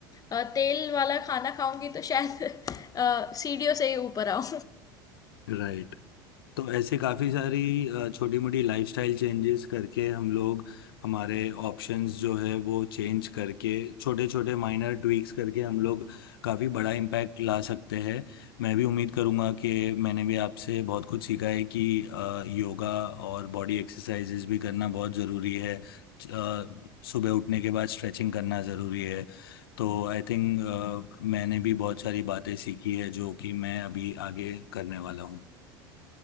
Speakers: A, on the left (about 30°); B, on the left (about 75°).
A: अ, तेल वाला खाना खाऊँगी तो शायद <laughs> अ, सीढ़ियों से ही ऊपर आऊँ।
B: राइट तो ऐसे काफ़ी सारी अ, छोटी-मोटी लाइफ़स्टाइल चेंजेस करके हम लोग हमारे ऑप्शंस जो है वो चेंज करके छोटे-छोटे माइनर ट्वीक्स करके हम लोग काफ़ी बड़ा इम्पैक्ट ला सकते हैं। मैं भी उम्मीद करूँगा कि मैंने भी आपसे बहुत कुछ सीखा है कि अ, योगा और बॉडी एक्सरसाइज़ेस भी करना बहुत ज़रूरी है। च अ, सुबह उठने के बाद स्ट्रेचिंग करना ज़रूरी है। तो आई थिंक अ, मैंने भी बहुत सारी बातें सीखी है जो कि मैं अभी आगे करने वाला हूँ।